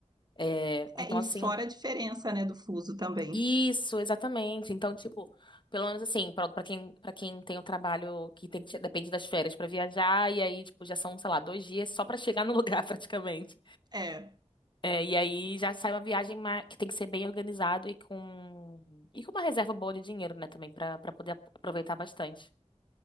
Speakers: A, on the left (about 40°); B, on the right (about 35°).
A: É,
B: É,
A: então,
B: e
A: assim.
B: fora a diferença, né, do fuso também.
A: Isso, exatamente. Então, tipo, pelo menos assim, pronto, para quem, para quem tem o trabalho que tem que depende das férias pra viajar, e aí, tipo, já são, sei lá, dois dias só pra chegar no <laughs> lugar, praticamente.
B: É,
A: É, e aí já sai uma viagem ma- que tem que ser bem organizado e com, e com uma reserva boa de dinheiro, né, também, pra para poder ap- aproveitar bastante.